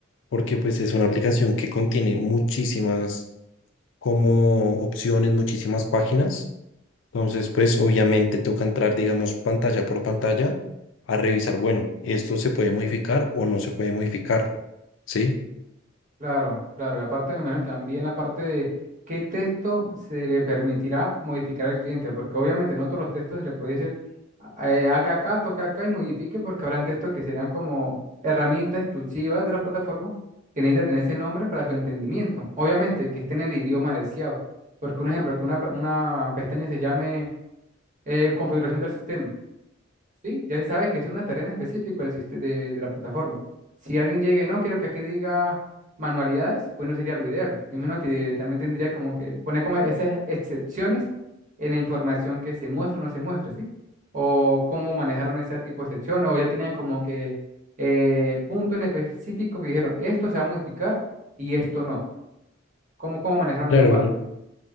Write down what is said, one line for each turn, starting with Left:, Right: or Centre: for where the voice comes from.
Left: porque pues es una aplicación que contiene muchísimas como opciones, muchísimas páginas. Entonces, pues obviamente toca entrar, digamos, pantalla por pantalla a revisar, bueno, esto se puede modificar o no se puede modificar, ¿sí?
Right: Claro, claro. Y aparte, me imagino también la parte de qué texto se le permitirá modificar al cliente, porque obviamente no todos los textos se le puede decir, "Ah, eh, haga acá, toca acá y modifique, porque habrán textos que serán como herramientas exclusivas de la plataforma que necesita tener ese nombre para su entendimiento. Obviamente que esté en el idioma deseado, porque un ejemplo, que una, pa- una pestaña se llame eh, configuración del sistema. Sí, ya se sabe que es una tarea en específico del siste- de, de la plataforma. Si alguien llega y no, quiero que aquí diga manualidades, pues no sería lo ideal. Me imagino que también tendría como que poner como esas excepciones en la información que se muestra o no se muestra, ¿sí? O cómo manejaron ese tipo de excepciones, o ya tenían como que eh, punto en específico que dijeron, esto se va a modificar y esto no. ¿Cómo, cómo manejaron
Left: Claro,
Right: esa parte?